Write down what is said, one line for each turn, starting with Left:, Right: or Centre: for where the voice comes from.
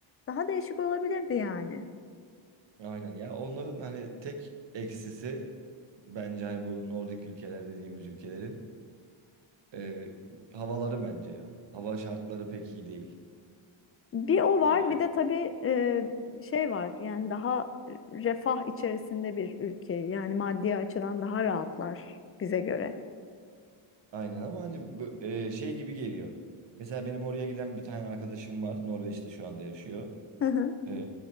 Left: daha değişik olabilirdi yani.
Right: Aynen ya onların hani tek eksisi bence hani bu Nordik ülkeler dediğimiz ülkelerin e, havaları bence ya. Hava şartları pek iyi değil.
Left: Bir o var,
Right: Yani,
Left: bir de tabii e, şey var. Yani daha refah içerisinde bir ülke. Yani maddi açıdan daha rahatlar bize göre.
Right: aynen ama hani bu- e, şey gibi geliyor. Mesela benim oraya giden bir tane arkadaşım var. Norveç'te şu anda yaşıyor.
Left: Hı hı.
Right: E,